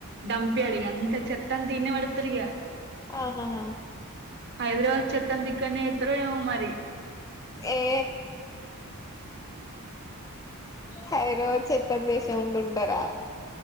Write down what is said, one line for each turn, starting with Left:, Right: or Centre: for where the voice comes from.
Right: డంప్ యార్డ్ ఆ చెత్త అంతా ఈనే పడేత్తరిగా
Left: ఆహా హా
Right: హైదరాబాద్ చెత్తంతా ఇక్కనే ఎత్తరేమో మరి
Left: ఏ హైదరాబాద్ చెత్త దేశ ఉండున్ టారా